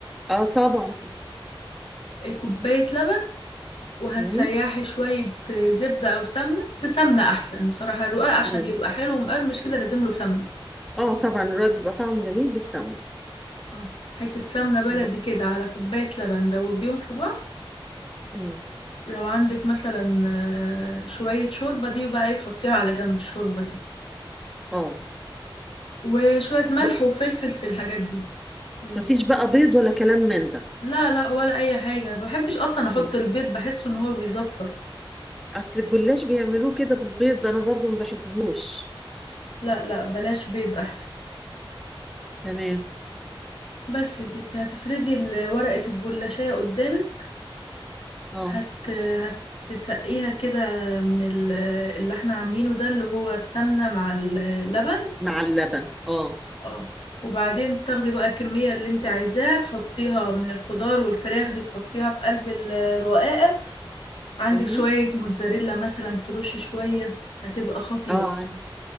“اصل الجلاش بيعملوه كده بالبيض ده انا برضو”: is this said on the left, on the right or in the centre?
Centre